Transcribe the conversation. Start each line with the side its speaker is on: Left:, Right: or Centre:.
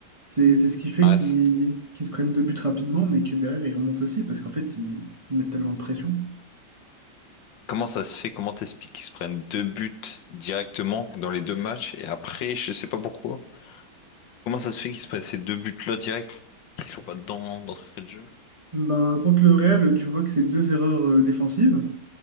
Right: C'est, c'est ce qui fait
Left: Ouais,
Right: qu'ils
Left: c'est-
Right: qu'ils se prennent deux buts rapidement, mais que derrière ils remontent aussi parce qu'en fait ils, ils mettent tellement de pression.
Left: Comment ça se fait? Comment t'expliques qu'ils se prennent deux buts directement dans les deux matchs et après, je sais pas pourquoi. Comment ça se fait qu'ils se prennent ces deux buts-là direct, qui sont pas dedans d'entrée de jeu?
Right: Ben, contre le Real, tu vois que c'est deux erreurs euh, défensives.